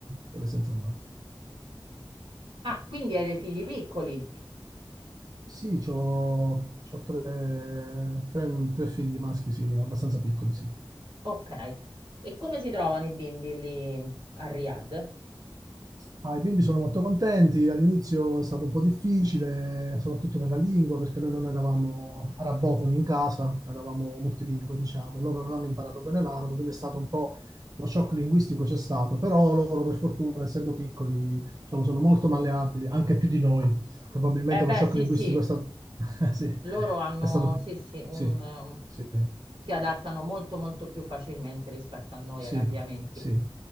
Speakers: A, on the right (about 45°); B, on the right (about 65°).
A: volesse insomma.
B: ah, quindi hai dei figli piccoli.
A: Sì, ho tre, tre- tre figli maschi, sì, abbastanza piccoli, sì.
B: Ok, e come si trovano i bimbi lì a Riyadh?
A: Ah, I bimbi sono molto contenti, all'inizio è stato un po' difficile, soprattutto per la lingua, perché noi non eravamo arabofoni in casa, eravamo multilingue, diciamo, e loro non hanno imparato bene l'arabo, quindi è stato un po' lo shock linguistico c'è stato, però loro per fortuna, essendo piccoli, diciamo, sono molto malleabili, anche più di noi. Probabilmente
B: Eh
A: lo
B: beh,
A: shock
B: sì,
A: linguistico
B: sì,
A: è stato... <laughs> sì,
B: loro hanno,
A: è stato... più-
B: sì, sì, un,
A: Sì,
B: eh,
A: sì,
B: si adattano molto, molto più facilmente rispetto a noi
A: sì,
B: ai cambiamenti.
A: sì.